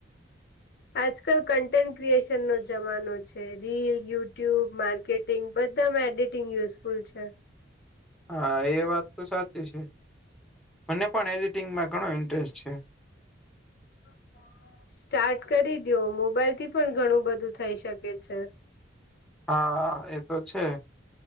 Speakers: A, on the left; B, in the centre.
A: આજકાલ કન્ટેન્ટ ક્રિએશન નો જમાનો છે રીલ યુટ્યુબ માર્કેટ બધામાં એડિટિંગ યુઝફુલ છે.
B: હા એ વાત તો સાચી છે મને પણ એડિટિંગમાં ઘણો ઇન્ટરેસ્ટ છે.
A: એ સ્ટાર્ટ કરી દ્યો મોબાઈલ થી પણ ઘણું બધું થઈ શકે છે
B: હા એ તો છે